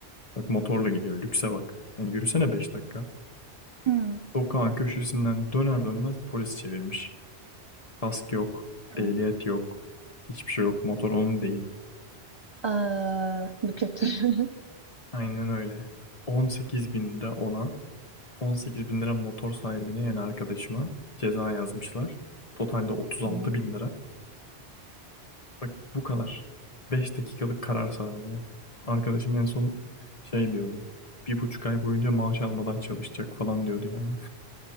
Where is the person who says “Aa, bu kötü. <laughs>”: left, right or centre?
Right